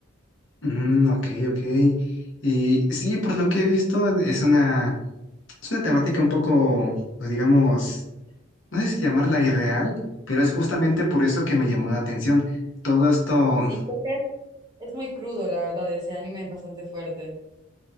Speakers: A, on the left; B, on the right.
A: Mm, ok, ok. Y sí, por lo que he visto, es una Es una temática un poco, pues digamos, no sé si llamarla irreal, pero es justamente por eso que me llamó la atención. Todo esto,
B: Sí, creo que es muy crudo, la verdad, ese anime es bastante fuerte.